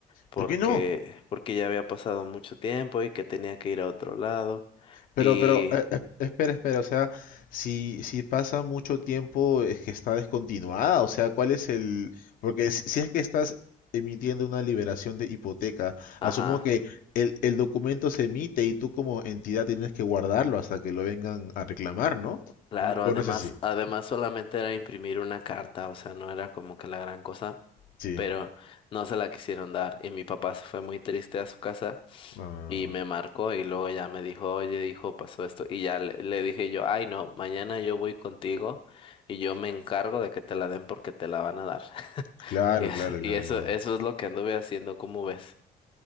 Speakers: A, on the left (about 35°); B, on the left (about 70°).
A: Porque,
B: ¿Por qué no?
A: porque ya había pasado mucho tiempo y que tenía que ir a otro lado.
B: Pero,
A: Y,
B: pero, eh, eh, espera, espera, o sea, si, si pasa mucho tiempo es que está descontinuada, o sea, ¿cuál es el...? Porque si, si es que estás emitiendo una liberación de hipoteca,
A: ajá.
B: asumo que el, el documento se emite y tú como entidad tienes que guardarlo hasta que lo vengan a reclamar, ¿no?
A: Claro,
B: No- ¿O
A: además,
B: no es así?
A: además solamente era imprimir una carta, o sea, no era como que la gran cosa,
B: Sí.
A: pero no se la quisieron dar y mi papá se fue muy triste a su casa
B: Ah,
A: y me marcó y luego ya me dijo, oye, hijo, pasó esto y ya le, le dije yo, ay, no, mañana yo voy contigo y yo me encargo de que te la den porque te la van a dar. <laughs>
B: claro,
A: Y, es-
B: claro, claro.
A: y eso,
B: claro.
A: eso es lo que anduve haciendo, ¿cómo ves?